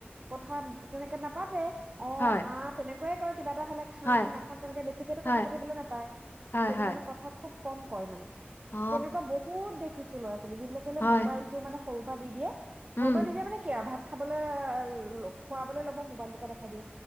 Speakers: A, on the right; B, on the left.
A: কথা তেনেকে নেপা কতে অঁ
B: হয়
A: আঁ তেনেকে ক ক কিবা এটা হ'লে খাম
B: হয়
A: নাখাম তেনেকে বেছিকেতো
B: হয়
A: কথা পাতিবলে নাপায়
B: হয়
A: সেইটো
B: হয়
A: কাৰণে কথা খুব কম কয় মানে
B: অ
A: তেনেকুৱা বহুত দেখিছো চ ছীলাকেলে
B: হয়
A: মোবাইলটো মানে সৰুৰ পৰা দি দিয়ে
B: উম
A: সৰু পৰা দিলে মানে কি আৰু ভাত খাবলৈ খুৱাবলৈ ল'ব মোবাইল দেখাইিয়ে